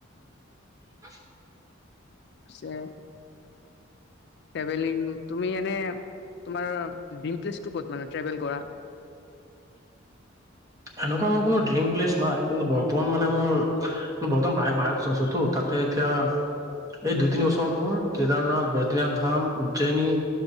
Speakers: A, on the right (about 15°); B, on the left (about 55°).
A: অ <unintelligible>
B: পিছে, ট্ৰেভেলিং তুমি এনে তোমাৰ ডিম প্লেচটো ক'ত মানে ট্ৰেভেল কৰা?
A: এনেকুৱা মোৰ কোনো ড্ৰিম প্লেচ নাই, কিন্তু বৰ্তমান মানে মোৰ বৰ্তমান বাহ বাহিৰত আছোতো তাত এতিয়া এই দুই তিনি বছৰত মোৰ কেদাৰনাথ বদ্ৰীনাথ ধাম উজ্জয়নী